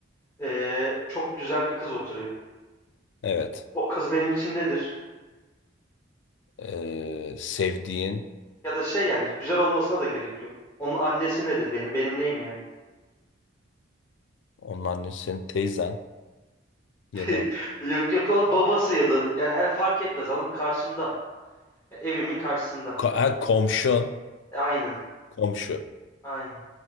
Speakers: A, on the left (about 15°); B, on the left (about 60°).
A: eee, çok güzel bir kız oturuyor.
B: Evet.
A: O kız benim için nedir?
B: E, sevdiğin
A: Ya da şey yani güzel olmasına da gerek yok. Onun annesi nedir benim? Benim neyim yani?
B: onun annesi senin teyzen
A: <laughs>
B: ya da
A: Yok yok onun babası ya da yani her fark etmez anladın mı? Karşımda. E, Evimin karşısında.
B: Ko- ha, komşun
A: E, aynen.
B: Komşu.
A: Aynen.